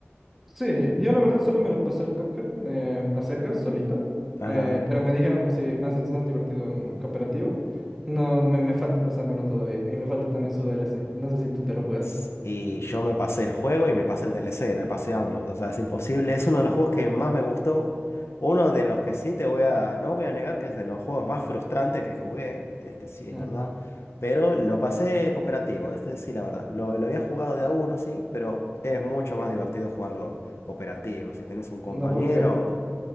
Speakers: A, in the centre; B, on the left.
A: Sí, yo la verdad solo me lo pasé el Cuphead eh, a secas, solito,
B: Ajá.
A: eh, pero me dijeron que sí, más, es más divertido mm, cooperativo. No, me, me falta pasármelo todavía, y me falta también su DLC, no sé si tú te lo jugaste.
B: S- Y yo me pasé el juego y me pasé el DLC, me pasé ambos. O sea, es imposible. Es uno de los juegos que más me gustó. Uno de los que sí te voy a, no voy a negar que es de los juegos más frustrantes que jugué. Este sí es
A: Mm,
B: verdad. Pero lo pasé cooperativo. Este sí, la verdad. Lo, lo había jugado de a uno, sí, pero es mucho más divertido jugarlo cooperativo. Si tenés un compañero.
A: No, porque...